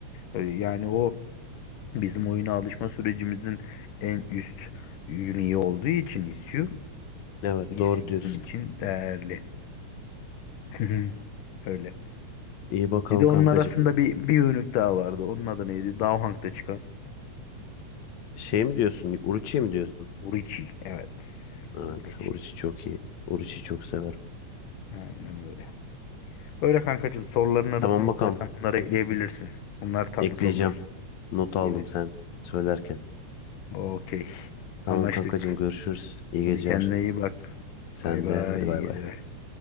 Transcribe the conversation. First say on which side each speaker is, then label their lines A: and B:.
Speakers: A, on the left; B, on the left.
A: E, Yani o Bizim oyuna alışma sürecimizin en üst ürünü olduğu için ISU,
B: Evet
A: ISU
B: doğru diyorsun.
A: bizim için değerli. <laughs> Öyle.
B: İyi bakalım
A: Bir de
B: kankacığım.
A: onun arasında bir, bir ürünlük daha vardı. Onun adı neydi? Daha çıkan.
B: Şey mi diyorsun? Uruçi mi diyorsun?
A: Urichi. Evet.
B: Evet.
A: Urichi.
B: Oruç'u çok iyi. Oruç'u çok severim.
A: Aynen öyle. Öyle kankacığım. Soruların arasını
B: Tamam
A: istersen
B: bakalım.
A: bunları ekleyebilirsin. Bunlar tatlı
B: Ekleyeceğim.
A: sorular.
B: Not aldım
A: Evet.
B: sen söylerken.
A: Okey.
B: Tamam
A: Anlaştık.
B: kankacığım görüşürüz. İyi geceler.
A: Hadi kendine iyi bak.
B: Sen
A: Bay bay.
B: de hadi bay
A: İyi geceler.
B: bay.